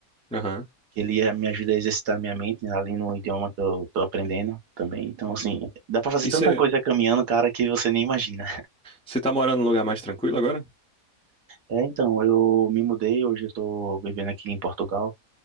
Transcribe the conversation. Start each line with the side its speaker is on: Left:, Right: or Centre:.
Centre: aham.
Right: que ele eh, me ajuda a exercitar minha mente, né, ali no idioma que eu tô aprendendo também. Então, assim, dá para fazer
Centre: E
Right: tanta
Centre: você,
Right: coisa caminhando, cara, que você nem imagina.
Centre: você tá morando num lugar mais tranquilo agora?
Right: É, então, eu me mudei, hoje eu tô vivendo aqui em Portugal.